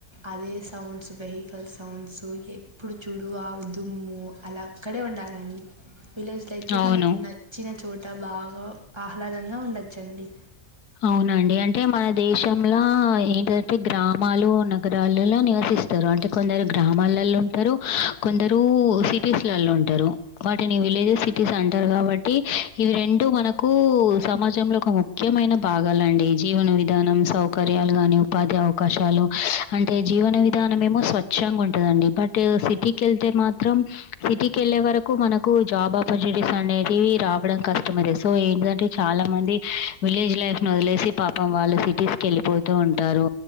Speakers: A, on the right; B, on the left.
A: అదే సౌండ్స్ వెహికల్ సౌండ్స్ ఎప్పుడు చుడు ఆ దుమ్ము అలా అక్కడే ఉండాలండి విలేజ్లు అయితే
B: అవును
A: మనకి నచ్చిన చోట బాగా ఆహ్లాదంగా ఉండొచ్చండి.
B: అవునండి అంటే మన దేశంల ఏంటంటే గ్రామాలు నగరాలులో నివస్ ఇస్తారు అంటే కొందరు గ్రామాలలో ఉంటరు, కొందరు సిటీస్ల ఉంటారు. వాటిని విలేజెస్, సిటీస్ అంటారు కాబట్టి ఇవి రెండు మనకు సమాజంలో ఒక ముఖ్యమైన పాగాలండి జీవన విధానం సౌకర్యాలు గానీ ఉపాధి అవకాశాలు అంటే జీవన విధాన మనేమో స్వచ్ంగా ఉంటదండి బట్ సిటీకి వెళ్తే మాత్రం సిటీకి వెళ్ళే వరకు మనకు జాబ్ ఆపర్చునిటీస్ అనేది రావడం కష్టమది సో ఏంటంటే చాలా మంది విలేజ్ లైఫ్ వదిలేసి పాపం వాళ్ళు సిటీస్కి వెళ్ళిపోతూ ఉంటారు.